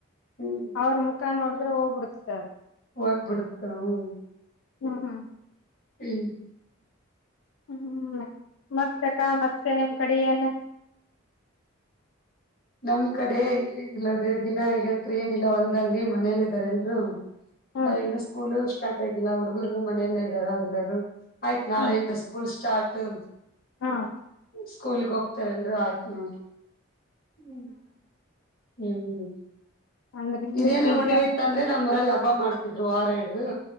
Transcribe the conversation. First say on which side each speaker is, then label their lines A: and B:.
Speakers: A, on the left; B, on the left.
A: ಹ್ಮ್
B: ಅವ್ರ್ ಮುಕ್ ಕ ನೋಡದ್ರೆ ಹೋಗ್ ಬಿಡುತ್ತ.
A: ಹೊಗ್ಬಿಡುತ್ತ ಹ್ಮ್.
B: ಹ್ಮ ಹಾ.
A: ಹ್ಮ್
B: ಹ್ಮ್ ಮತ್ ಅಕ್ಕಾ ಮತ್ತೆ ನಿಮ್ ಕಡಿ ಏನ್.
A: ನಮ್ ಕಡೆ ಏನಿಲ್ಲ ರೇಗಿನ ಈಗ್ ಎದ್ರೆ ಏನಿಲ್ಲ ಹೊಲ್ದಲ್ಲಿ ಮನೇಲಿದಾರ್ ಎಲ್ರು.
B: ಹ್ಮ
A: ಅದೆ ಇನ್ನ ಸ್ಕೂಲು ಸ್ಟಾರ್ಟ್ ಆಗಿಲ್ಲ ಹುಡ್ಗುರು ಮನೆ ಎಳ್ಳೆ ಇದಾರ ಎಲ್ಲರೂ. ಆಯ್ತ ನಾಳೆ
B: ಹ್ಮ್
A: ಇಂದ ಸ್ಕೂಲ್ ಸ್ಟಾರ್ಟು.
B: ಹ್ಮ್
A: ಸ್ಕೂಲ್ಗ್ ಹೋಗ್ತಾರ್ ಎಲ್ರು ಆಯ್ತ ನೋಡ್ರ್. ಹ್ಮ್ ಹ್ಮ್ ಹ್ಮ್.
B: ಅಂದ್ರೆ ನೀವು
A: ಇದೇನ
B: ಬ್ಯುಸಿ
A: ಹುಣ್ಣಿ
B: ಆಗ್ತ
A: ಇತ್ತಂದ್ರೆ ನಮ್ಮೂರಲ್ ಅಬ್ ಹಬ್ಬ ಮಾಡ್ತಿದ್ರು ವಾರ ಹಿಡ್ದು.